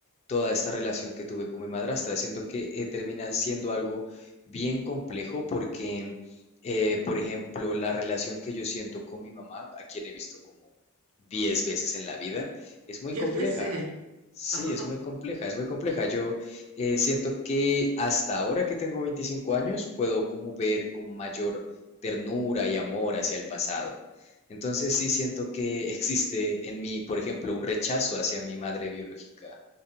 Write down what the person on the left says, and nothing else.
toda esta relación que tuve con mi madrastra. Siento que eh, termina siendo algo bien complejo porque, eh, por ejemplo, la relación que yo siento con mi mamá, a quien he visto como 10 veces en la vida, es muy
compleja.
Sí,
es muy compleja, es muy compleja. Yo eh, siento que hasta ahora que tengo 25 años puedo como ver con mayor ternura y amor hacia el pasado. Entonces sí siento que <laughs> existe en mí, por ejemplo, un rechazo hacia mi madre biológica